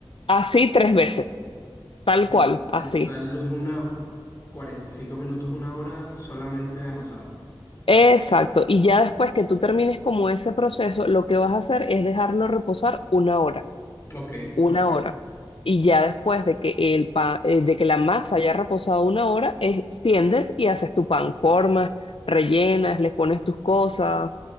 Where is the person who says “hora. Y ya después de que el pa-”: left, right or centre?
Left